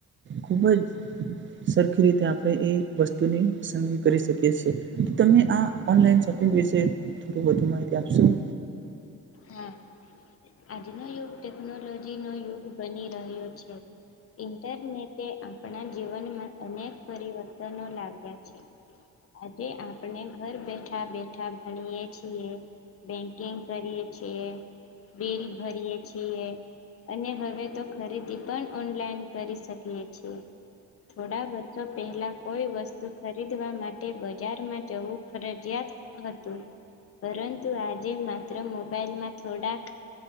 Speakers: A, on the right; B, on the left.
A: ખૂબ જ સરખી રીતે આપણે એ વસ્તુની પસંદગી કરી શકી છે, તો તમે આનલાઈન સો પીગ વિશે થોડું વધુ માહિતી આપશો?
B: હા આજનો યુગ ટેકનોલોજીનો યુગ બની રહ્યો છે. ઇન્ટરનેટે આપણા જીવનમાં અનેક પરિવર્તનો લાગ્યા છે. આજે આપણે ઘર બેઠા બે ઠા ભણીએ છીએ બેંકિંગ કરીએ છીએ બિલ ભરીએ છીએ અને હવે તો ખરીદી પણ ઓનલાઈન કરી શકીએ છીએ થોડા વર્ષો પહેલા કોઈ વસ્તુ ખ રીદવા માટે બજારમાં જવું ફરજિયાત હતું પરંતુ આજે માત્ર મોબાઈલમાં થોડાક